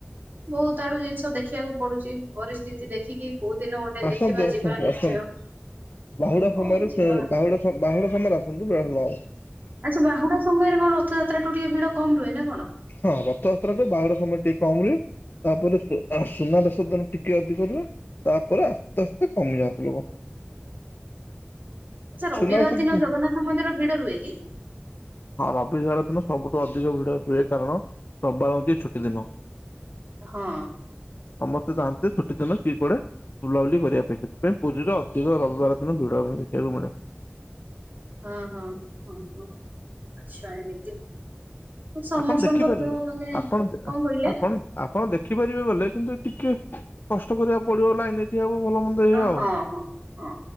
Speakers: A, on the right; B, on the left.
A: ବହୁତ ଆଡୁ ଜିନିଷ ଦେଖିବାକୁ ପଡୁଚି। ପରିସ୍ଥିତି ଦେଖିକି କୋଉ ଦିନ ଗୋଟେ
B: ଆସନ୍ତୁ
A: ଦେଖିବା
B: ଆସନ୍ତୁ
A: ଯିବା ନିଶ୍ଚୟ।
B: ଆସନ୍ତୁ ବାହୁଡା
A: ହଁ
B: ସମୟରେ
A: ଯିବା
B: ବାହୁଡା ସ ବାହୁଡା ସମୟରେ ଆସନ୍ତୁ <unintelligible>
A: ଆଚ୍ଛା ବାହୁଡା ସମୟରେ କଣ ରଥଯାତ୍ରାଠୁ ଟିକେ ଭିଡ଼ କମ ରୁହେ ନା କଣ?
B: ହଁ ରଥଯାତ୍ରା ଠୁ ବାହୁ଼ଡା ସମୟ ରେ ଟିକେ କମ ହୁଏ। ତାପରେ ସୁନାବେଶ ଦିନ ଟିକେ ଅଧିକ ରୁହେ। ତାପରେ ଆସ୍ତେ ଆସ୍ତେ କମି ଯାଆନ୍ତି ଲୋକ।
A: ଆଛା ରବିବାର
B: ସୁନାବେଶ
A: ଦିନ ଜଗନ୍ନାଥ ମନ୍ଦିର ଭିଡ ରୁହେ କି?
B: ହଁ ରବିବାର ଦିନ ସବୁଠୁ ଅଧିକ ଭିଡ ହୁଏ କାରଣ ରବିବାର ହଉଚି ଛୁଟି ଦିନ।
A: ହଁ।
B: ସମସ୍ତେ ଚାହାନ୍ତି ଛୁଟି ଦିନ କିଏ କୁଆଡ଼େ ବୁଲାବୁଲି କରିବା ପାଇଁ ସେଥିପାଇଁ ପୁରୀରେ ଅଧିକ ରବିବାର ଦିନ ଭିଡ ଆମକୁ ଦେଖିବାକୁ ମିଳେ।
A: ହଁ ହଁ ହଁ ହଁ ହଁ ଆଚ୍ଛା ଏମିତି। ସମସ୍ତଙ୍କର
B: ଆପଣ ଦେଖିପାରିବେ
A: ତ ମାନେ କଣ
B: ଆପଣ
A: କହିଲେ?
B: ଆପଣ ଆପଣ ଦେଖିପାରିବେ ଗଲେ କିନ୍ତୁ ଟିକେ କଷ୍ଟ କରିବାକୁ ପଡିବ ଲାଇନରେ ଠିଆ ହବା ଭଲ ମନ୍ଦ ଏଇଆ ଆଉ।
A: ହଁ ହଁ ହଁ